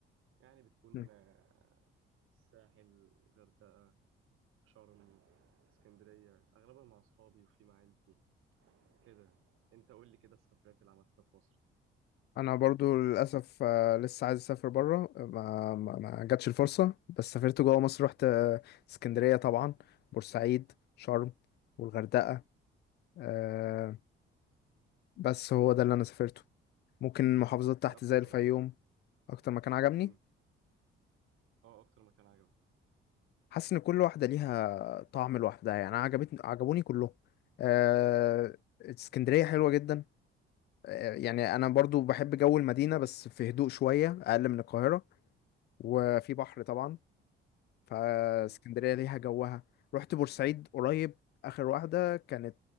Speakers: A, on the right (about 90°); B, on the left (about 50°).
A: يعني بتكون
B: مم.
A: آه، الساحل غردقه شرم اسكندريه اغلبها مع اصحابي وفي مع عيلتي كده انت قول لي كده السفرات اللي عملتها في مصر
B: أنا برضو للأسف آه، لسه عايز أسافر برا ما, ما, ما جاتش الفرصة بس سافرت جوا مصر رحت آه، اسكندرية طبعا بورسعيد شرم والغردقة آه، بس هو ده اللي أنا سافرته ممكن محافظات
A: ايه
B: تحت
A: اكتر
B: زي الفيوم أكتر مكان عجبني
A: امم اه اكتر مكان عجبك
B: حاسس ان كل واحده ليها طعم لوحدها يعني انا عجبتني عجبوني كلهم آه، اسكندريه حلوه جدا آه، يعني انا برضو بحب جو المدينه بس في هدوء شويه اقل من القاهره وفي بحر طبعا فاسكندريه
A: امم
B: ليها جوها رحت بورسعيد قريب اخر واحده كانت